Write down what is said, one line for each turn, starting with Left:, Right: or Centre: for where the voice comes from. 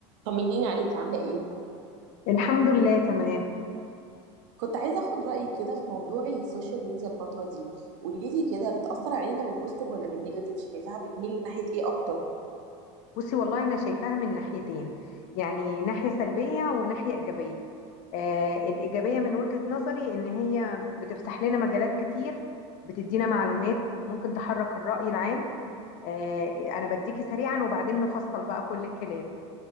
Right: طمنيني عليكي عاملة ايه؟
Left: الحمد لله تمام
Right: كنت عايزة اخد رأيك كده في موضوع السوشيال ميديا الفترة دي قولي لي كده بتأثر علينا بالبوستيف ولا بالنيجاتيف شايفاها بتميل ناحية ايه اكتر؟
Left: بصي والله انا شايفاها من ناحيتين يعني ناحية سلبية وناحية إيجابية آه الإيجابية من وجهة نظري إن هي بتفتح لنا مجالات كتير بتدينا معلومات ممكن تحرك الرأي العام آه أنا بديكي سريعا وبعدين نفصل بقى كل الكلام